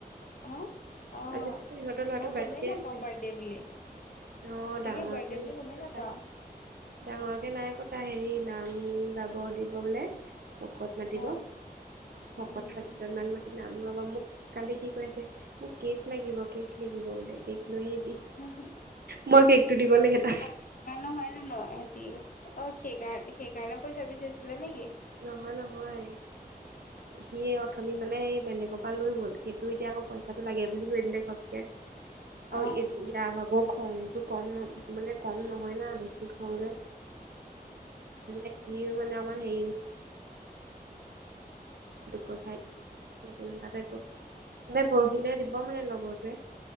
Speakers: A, on the left; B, on the right.
A: অ'। অ
B: আজি তো ইহঁতৰ ল'ৰাটো
A: মই গমেই
B: বাৰ্থডে
A: নাপাওঁ
B: আছে।
A: বাৰ্থডে
B: অ',
A: বুলি তাকে
B: ডাঙৰকে
A: বাৰ্থডে বুলি
B: <unintelligible>
A: গমেই নাপাওঁ
B: ডাঙৰকে নাই পতা হেৰি নাম গাব দিব বোলে ভকত মাতিব,
A: অ
B: ভকত
A: অ
B: সাতজন মান মাতি নাম গাব মোক কালি সি কৈ আছে। মোক কেক লাগিব কেক লাগিব বোলে কেক লৈ আহিবি,
A: উম
B: মই কেকটো দিব লাগে তাক।
A: পাতি থকা নহয় জানো সিহতি, অ', সেইকাৰ সেইকাৰণে পইচা বিচাৰিছিলে নেকি?
B: নহয় নহয়।
A: <inaudible>
B: সি অথনি মানে সেই বেলেগৰ পৰা লৈ গ'ল সেইটো এতিয়া আকৌ পইচাটো লাগে বুলি কৈ দিলে ঘপকে।
A: <inaudible>
B: আৰু ই-ইয়াৰ
A: অ
B: ভাগৰ খংটো ক'ম ন মানে ক'ম নহয় না বেছি খং যে। মানে ইও মানে অকমান হেৰী নিচিনা <unintelligible> কাইলৈ পৰহিলৈ দিব মানে লগৰটোৱে।